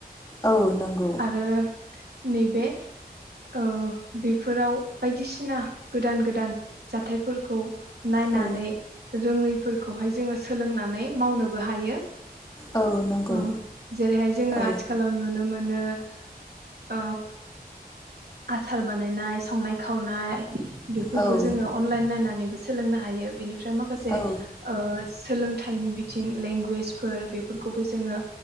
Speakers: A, on the left; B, on the right.
A: औ नंगौ
B: आरो नैबे ओ बेफोराव बायदिसिना गोदान गोदान जाथायफोरखौ नायनानै
A: औ
B: रोङैफोर खौहाय जोङो सोलोंनानै मावनोबो हायो।
A: औ नंगौ
B: अ जेरैहाय जोङो
A: औ
B: आथिखालाव नुनो मोन <unintelligible> ओ आसार बानायनाय संनाय खावनाय बेफोरखौ
A: औ
B: जोङो अनलाइन नायनानै सोलोंनो हायो बेनि फ्राय माखासे
A: औ
B: ओ सोलोंथाइनि बिथिं लेंगुवेजफोर बेफोरखौबो जोङो